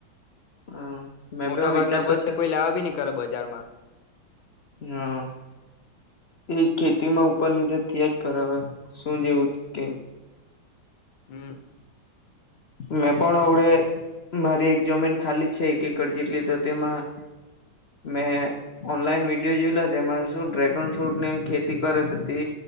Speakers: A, on the left; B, on the left.
A: હમ મેં
B: મોટા
A: બી એવો
B: ભાગ
A: વિચારતો
B: ના પસે
A: છે
B: કોઈ લેવા બી ની કર બજારમાં.
A: હા એજ ખેતીમાં ઉપર નીચે થયા જ કરે હવે. શું જેવું કેમ
B: હમ્મ.
A: મેં પણ આવડે મારી જમીન ખાલી જ છે એક એકર જેટલી તો તેમાં મેં ઓનલાઈન વિડીયો જોઈ લો. તેમાં શું ડ્રેગન ફ્રૂટ ની ખેતી કરે તો તે